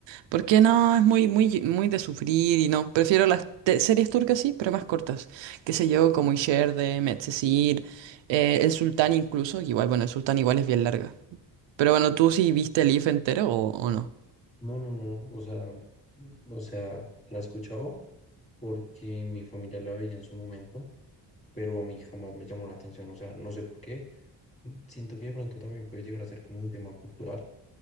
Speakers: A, on the right; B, on the left.
A: Porque no, es muy, muy, muy de sufrir y no, prefiero las te- series turcas, sí, pero más cortas. Qué sé yo, como Isherde, Medcezir, eh, El Sultán incluso, igual, bueno, El Sultán igual es bien larga. Pero bueno, ¿tú sí viste el IF entero o, o no?
B: No, no, no, o sea, o sea, la escuchaba porque mi familia la veía en su momento pero a mí jamás me llamó la atención, o sea, no sé por qué. Siento que de pronto también puede llegar a ser como un tema cultural,